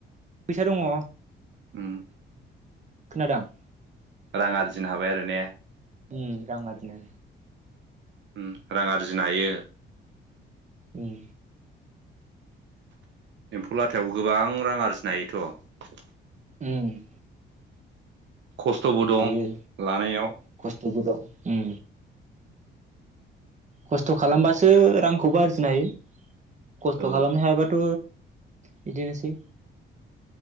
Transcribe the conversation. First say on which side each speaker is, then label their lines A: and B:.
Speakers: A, on the right; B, on the right.
A: फैसा दङ
B: उम
A: खोनादों?
B: रां आरजिनो हाबाय आरो ने?
A: उ रां आरजिनो
B: उम रां आरजिनो हायो।
A: उम
B: एम्फौ लाथायाव गोबां रां आरजिनो हायोथ
A: उम
B: खस्थ'बो दं
A: बेयो
B: लानायाव
A: खस्थ'बो दं उम खस्थ' खालामबासो रांखौबो आरजिनो हायो खस्थ'
B: औ
A: खालामनो हायाबाथ' बिदिनोसै